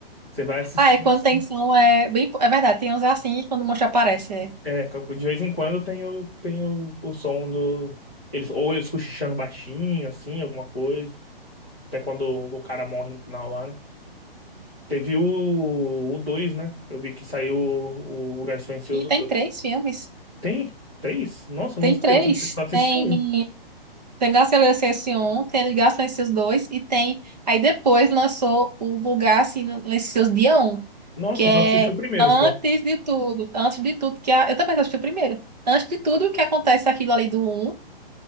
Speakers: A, in the centre; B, on the right.
A: Você vai assistindo.
B: Ah, é quando
A: assim.
B: tem som, é bem... É verdade, tem uns é assim, quando o monstro aparece, é.
A: É, de vez em quando tem o, tem o, o som do. Eles, ou eles cochichando baixinho, assim, alguma coisa. Até quando o cara morre no final lá, né? Teve o, o 2, né? Eu vi que saiu o, o Lugar Silencioso
B: E tem três filmes.
A: Tem três? Nossa, eu
B: Tem
A: não sabia.
B: três.
A: Eu só assi- só assisti
B: Tem,
A: um.
B: tem Garcilaso 1, tem Ligar Silencioso 2 e tem. Aí depois lançou o Vulgar Silencioso Dia um
A: Nossa,
B: que é
A: eu só assisti o primeiro
B: antes
A: só.
B: de tudo. Antes de tudo, que é a, eu também assisti o primeiro. Antes de tudo, o que acontece aquilo ali do um